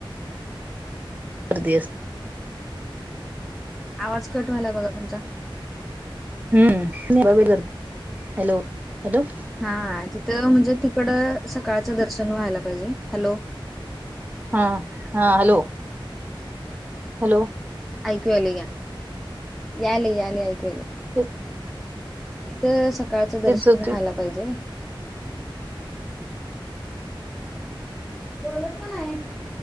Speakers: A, on the right; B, in the centre.
A: करदी अस
B: आवाज कट व्हालाय बघा तुमचा.
A: हम्म हॅलो हॅलो.
B: हा तिथं म्हणजे तिकडं सकाळचं दर्शन व्हायला पाहिजे हॅलो
A: हा हा हॅलो हॅलो
B: अऐकूयले या याले याले अऐकूले.
A: ख
B: तिथं सकाळचं दर्शन
A: होते
B: व्हायला पाहिजे. जेवलस का नाही